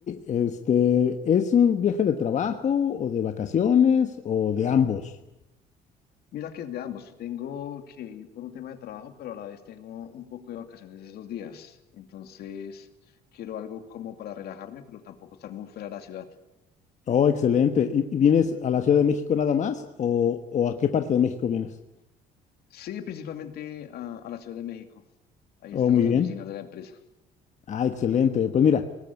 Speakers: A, on the left; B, on the left.
A: Este, ¿es un viaje de trabajo o de vacaciones o de ambos?
B: Mira que es de ambos, yo tengo que ir por un tema de trabajo, pero a la vez tengo un poco de vacaciones esos días, entonces quiero algo como para relajarme, pero tampoco estar muy fuera de la ciudad.
A: Oh, excelente. ¿Y, y vienes a la Ciudad de México nada más o, o a qué parte de México vienes?
B: Sí, principalmente a, a la Ciudad de México, ahí
A: Oh,
B: están
A: muy
B: las
A: bien.
B: oficinas de la empresa.
A: Ah, excelente. Pues mira,